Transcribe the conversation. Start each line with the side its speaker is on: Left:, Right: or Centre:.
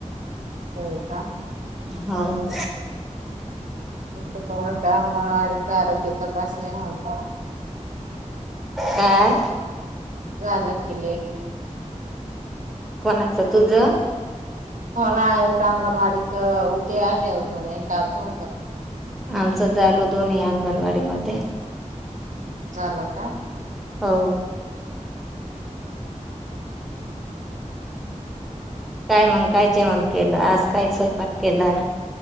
Right: होय का
Centre: हो.
Right: <unintelligible> आरोग्य तपासणी होता
Centre: काय
Right: झालं की लेट
Centre: कोणाच तुझं?
Right: हो ना आहे अंगणवाडीच उद्या आहे अजून एक आजत
Centre: आमचं झालो दोन्ही अंगणवाडी मध्ये
Right: चाल का
Centre: हो काय मग काय जेवण केलं आज काय स्वयंपाक केला